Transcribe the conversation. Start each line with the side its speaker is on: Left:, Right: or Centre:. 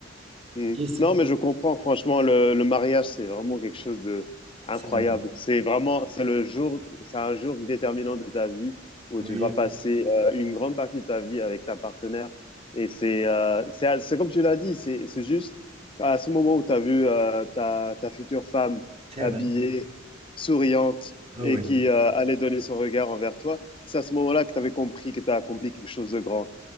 Left: Mm.
Right: Et c'est
Left: Non, mais je comprends, franchement, le, le mariage, c'est vraiment quelque chose de incroyable.
Right: c'est vrai.
Left: C'est vraiment, c'est le jour, c'est un jour déterminant de ta vie où
Right: Oui,
Left: tu vas passer euh, une grande partie de ta vie avec ta partenaire. Et c'est, euh, c'est, c'est comme tu l'as dit, c'est, c'est juste à ce moment où tu as vu euh, ta, ta future femme
Right: c'est
Left: habillée,
Right: vrai.
Left: souriante
Right: Ah
Left: et
Right: oui.
Left: qui euh, allait donner son regard envers toi, c'est à ce moment-là que tu avais compris que tu as accompli quelque chose de grand.